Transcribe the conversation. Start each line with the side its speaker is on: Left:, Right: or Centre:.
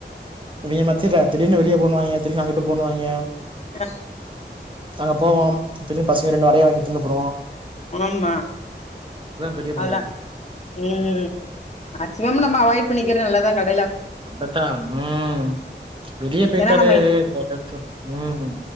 Right: இவங்க மத்தில திடீனு வெளிய போனுவாங்க திடீனு அங்கிட்டு போணுவாங்க
Left: அ
Right: அங்க போவோ திரும்பி பசங்க ரெண்டு வடைய வாங்கி தின்னு புடுவோ
Left: ஆமா
Right: பெரிய பஞ்சாயத்து.
Left: அதா ம் மேக்சிமம் நம்ம அவாய்ட் பண்ணிக்கிற நல்லதுதா
Right: அப்பதா ம் வெளிய போயிட்டாலே
Left: ஏன்னா நம்ம
Right: இந்த இடத்து- ம்.